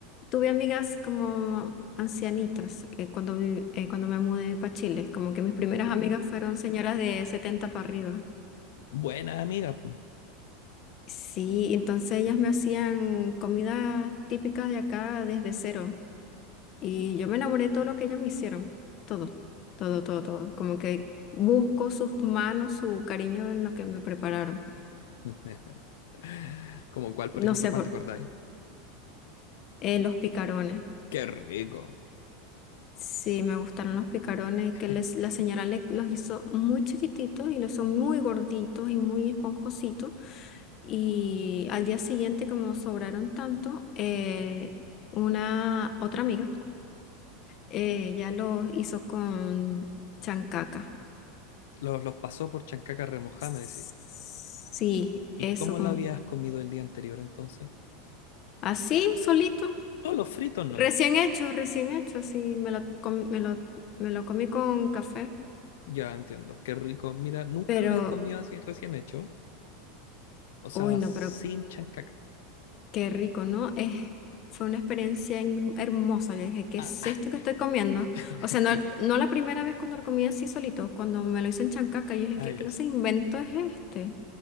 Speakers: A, on the left; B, on the left.
A: tuve amigas como ancianitas eh, cuando, vi- eh, cuando me mudé para Chile, como que mis primeras amigas fueron señoras de 70 para arriba.
B: Buena amiga.
A: Sí, entonces ellas me hacían comida típica de acá desde cero. Y yo me enamoré de todo lo que ellos me hicieron, todo, todo, todo, todo. Como que busco sus manos, su cariño en lo que me prepararon.
B: <laughs> Como cuál, por
A: No
B: ejemplo,
A: sé,
B: cuál
A: por,
B: te acordáis?
A: eh, los picarones.
B: Qué rico.
A: Sí, me gustaron los picarones,
B: <laughs>
A: que les, la señora le- los hizo muy chiquititos y los son muy gorditos y muy esponjositos. Y al día siguiente, como sobraron tanto, eh, una otra amiga, eh, ella los hizo con chancaca.
B: Los, los pasó por chancaca remojada,
A: Sí,
B: me decís. ¿Y
A: eso,
B: cómo
A: como
B: lo habías comido el día anterior entonces?
A: así, solito.
B: Solo fritos
A: Recién
B: nomás.
A: hecho, recién hecho, así Me lo, com- me lo, me lo comí con café.
B: Ya entiendo, qué rico. Mira, nunca
A: Pero,
B: los he comido así recién hecho. O sea,
A: uy, no,
B: sin
A: pero
B: chancaca.
A: qué rico, ¿no? Es, fue una experiencia en- hermosa. Yo dije, ¿qué
B: Ah,
A: es esto que estoy comiendo?
B: <laughs>
A: O sea, no, no la primera vez cuando lo comí así solito, cuando me lo hizo en Chancaca, yo dije,
B: ah,
A: ¿qué
B: ya
A: clase
B: sí.
A: de invento es este?